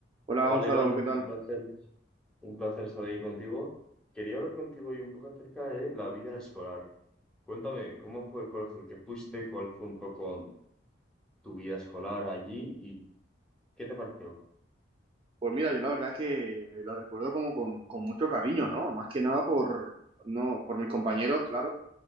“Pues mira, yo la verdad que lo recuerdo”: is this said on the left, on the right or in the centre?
Right